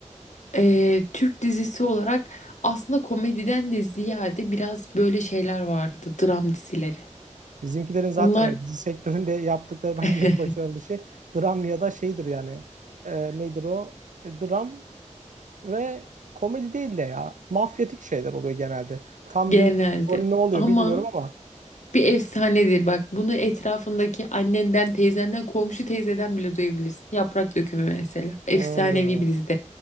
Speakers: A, on the left; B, on the right.
A: Ee, Türk dizisi olarak aslında komediden de ziyade biraz böyle şeyler vardı. Dram dizileri.
B: Bizimkilerin zaten
A: Onlar
B: hani dizi sektöründe yaptıkları bence
A: <laughs>
B: en başarılı şey dram ya da şeydir yani. Ee, nedir o? Dram ve komedi değil de ya. Mafyatik şeyler oluyor genelde. Tam
A: genelde.
B: rüj- rolü ne oluyor
A: Ama
B: bilmiyorum ama.
A: Bir efsanedir bak. Bunu etrafındaki annenden, teyzenden, komşu teyzeden bile duyabilirsin. Yaprak Dökümü mesela. Efsanevi
B: Hmm.
A: bir dizidir.